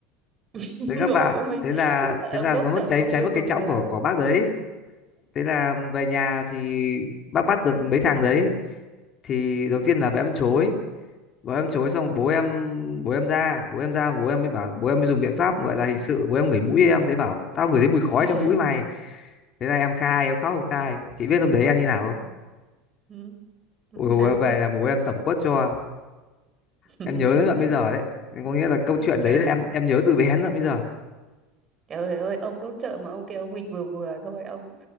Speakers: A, on the right (about 35°); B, on the left (about 40°).
A: <laughs>
B: đấy các
A: rồi
B: bạn
A: ôi
B: thế là
A: ông
B: thế là
A: đốt
B: nó mất
A: chợ
B: cháy
A: mà ông
B: cháy
A: kêu
B: mất
A: vừa
B: cái chõng
A: vừa
B: của của bác đấy thế là về nhà thì bác bắt được mấy thằng đấy thì
A: Ừ.
B: đầu tiên là bố em chối bố em chối xong bố em bố em ra bố em ra bố em mới bảo bố em mới dùng biện pháp gọi là hình sự bố em ngửi mũi em thấy bảo tao ngửi thấy mùi khói
A: <laughs>
B: trong mũi mày thế là em khai em khóc em khai chị biết hôm đấy em như nào không
A: Ừ, ừ, làm
B: ôi dồi,
A: sao
B: em về là bố em tẩm quất cho
A: <laughs>
B: em nhớ đến tận bây giờ đấy có nghĩa là câu chuyện
A: trời
B: đấy là em
A: Ừ.
B: em nhớ từ bé đến tận bây giờ
A: trời ơi ông đốt chợ mà ông kêu ông nghịch vừa vừa thôi ông